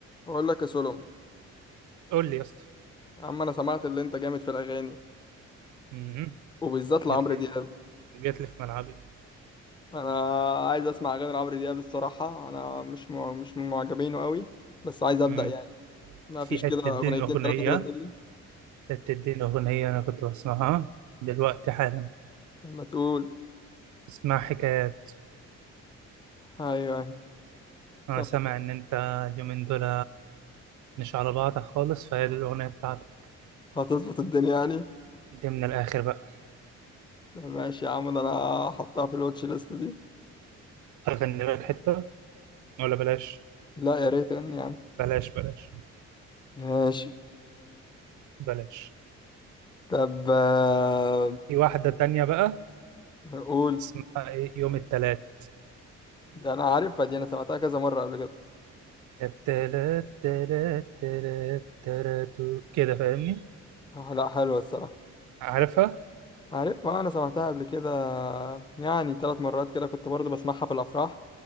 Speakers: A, on the left; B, on the right.
A: بقول لك يا سولم
B: قول لي يا اسطى
A: يا عم انا سمعت اللي انت جامد في الاغاني
B: مهم.
A: وبالذات لعمرو
B: جات لي
A: دياب
B: جات لي في ملعبي
A: انا عايز اسمع اغاني لعمرو دياب الصراحه انا مش مع... مش من معجبينه قوي بس عايز ابدا
B: مم.
A: يعني ما
B: في
A: فيش
B: حتة
A: كده
B: دين
A: اغنيتين
B: أغنية
A: ثلاثه كده تقول لي
B: حتة دين أغنية أنا كنت بسمعها دلوقتي حالا
A: طب ما تقول
B: اسمها حكايات
A: ايوه ايوه
B: أنا
A: طب
B: سامع إن أنت اليومين دول مش على بعضك خالص فهي دي الأغنية بتاعتك
A: هتظبط الدنيا يعني
B: دي من الآخر بقى
A: طب ماشي يا عم ده انا هحطها في الواتش ليست دي
B: أغني لك حتة ولا بلاش
A: لا يا ريت يعني يا عم
B: بلاش بلاش
A: ماشي
B: بلاش
A: طب آه،
B: في واحدة تانية بقى
A: قول
B: اسمها إيه يوم التلات
A: ده انا عارفها دي انا سمعتها كذا مره قبل كده
B: يا التلات تلات تلات تلات كده فاهمني
A: آه، لا حلوة الصراحة
B: عارفها؟
A: عارف ما انا سمعتها قبل كده يعني ثلاث مرات كده كنت برضو بسمعها في الافراح